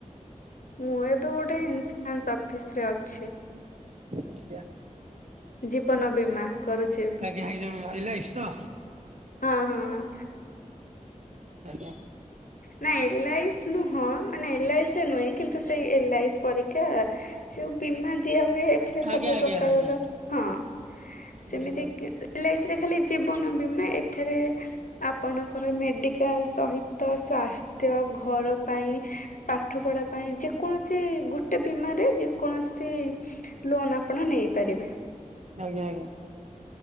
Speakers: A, on the left; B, on the right.
A: ମୁଁ ଏବେ ଗୋଟେ ଇନ୍ସରାନ୍ସ ଅଫିସ ରେ ଅଛି।
B: ଆଜ୍ଞା!
A: ଜୀବନ ବୀମା କରୁଛି ଏବେ
B: ଆଜ୍ଞା ହେଇଯଉ ଏଲାଇସି ତ।
A: ହଁ ହଁ।
B: ଆଜ୍ଞା।
A: ନା ଏଲ ଆଇସ୍ ନୁହଁ। ମାନେ ଏଲ୍ ଆଇରେ ନୁହେଁ, କିନ୍ତୁ ସେଇ ଏଲ ଆଇସ୍ ପରିକା। ସେଉ ବୀମା ଦିଆ ହୁଏ ଏଥିରେ ସବୁ
B: ଆଜ୍ଞା ଆଜ୍ଞା
A: ପ୍ରକାରର
B: ଆଜ୍ଞା
A: ହଁ ସେମିତି
B: ବୁଝିଲି ଆଉ।
A: ଏଲାଇସରେ ଖାଲି ଜୀବନ ବୀମା। ଏଥିରେ ଆପଣଙ୍କର ମେଡିକାଲ ସହିତ ସ୍ୱାସ୍ଥ୍ୟ ଘର ପାଇଁ ପାଇଁ ପାଠ ପଢା ପାଇଁ ଯେକୌଣସି ଗୋଟେ ବୀମାରେ ଯେକୌଣସି ଲୋନ ଆପଣ ନେଇପାରିବେ।
B: ଆଜ୍ଞା ଆଜ୍ଞା।